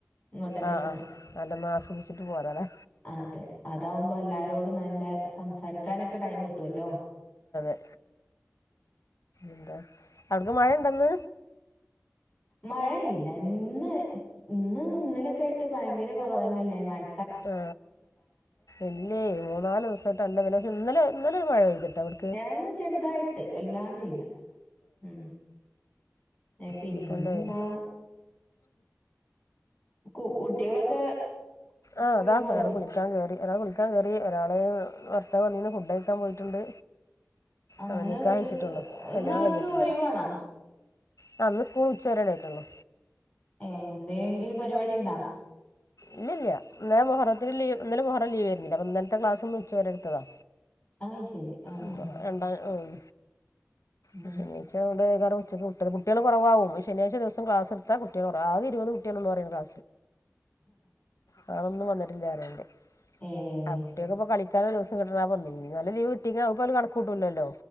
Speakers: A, on the left (about 20°); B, on the left (about 85°).
A: ഇങ്ങോട്ട് തന്നെ
B: ആഹ്
A: പോരാം
B: ആഹ് നല്ലോണം ആസ്വദിച്ചിട്ട് പോരല്ലേ?
A: അതെ അതാവുമ്പോ എല്ലാരോടും നല്ല സംസാരിക്കാനൊക്കെ ടൈം കിട്ടുവല്ലോ?
B: ഉ എന്താ അവിട്ക്ക് മഴ ഉണ്ടോ ന്ന്?
A: മഴയില്ല ഇന്ന് ഇന്ന് ഇന്നലൊക്കെ ആയിട്ട് ഭയങ്കര കുറവന്നല്ലേ മയ
B: ആ ഇല്ലേ മൂന്നാല് ദിവസമായിട്ട് അല്ല പിന്നെ ഇന്നലെ ഇന്നലെ ഒരു മഴ പെയ്തിട്ട ഇവിടെ
A: ന്ന് ചെറുതായിട്ട് വല്ലാണ്ടില്ല ഉം ഏ, പിന്നെന്താ
B: ഇന്നിപ്പോന്തായ്യ്ന്നാ
A: കു കുട്ടികളൊക്കെ
B: ആഹ്
A: സ്കൂളിൽ
B: അദാഹ്ണ്
A: പോയതാ?
B: കുളിക്ക കുളിക്കാൻ കേറി ഒരാൾ കുളിക്കാൻ കേറി ഒരാളെ ഭർത്താവ് വന്നീന് ഫുഡ് കഴിക്കാൻ പോയിട്ടുണ്ട്. ആഹ്
A: ഇന്ന്
B: നിക്കാഹ്
A: ഫ്രീ
B: കഴിച്ചിട്ടുള്ളൂ. കല്യാണം
A: ഇന്ന് അവർക്ക്
B: കഴിഞ്ഞിട്ടില്ല.
A: ഒഴിവാണോ?
B: ആഹ് അന്ന് സ്കൂൾ ഉച്ച വരേ ഉണ്ടായിരുന്നൊള്ളു.
A: ഏഹ് എന്തങ്കിലും പരിപാടി ഉണ്ടാ?
B: ഇല്ലില്ല ഇന്നലെ മുഹറത്തിന് ലീവ് ഇന്നലെ മുഹറം ലീവ് ആരുന്നില്ല അപ്പൊ ഇന്നലത്തെ ക്ലാസ് ഇന്ന് ഉച്ചവരെ എടുത്തതാ.
A: അയ് ശരി. ആഹ്
B: അപ്പം
A: ആഹ്
B: രണ്ടാം ഉം
A: അങ്ങനെ.
B: <unintelligible> കുട്ടികള് കുറവാവും ശനിയാഴ്ച ദിവസം ക്ലാസ് എടുത്താ കുട്ടികള് കുറവവാ ആകെ ഇരുപത് കുട്ടികള് പറയാ ആ ഒന്നും വന്നിട്ടില്ലന്നറീണ്ണ്ട്
A: ഏഹ്
B: അയിറ്റക്ക് ഇപ്പൊ കളി <unintelligible> നല്ല ലീവ കിട്ടിക്കപ്പും കിട്ടൂല്ലല്ലോ?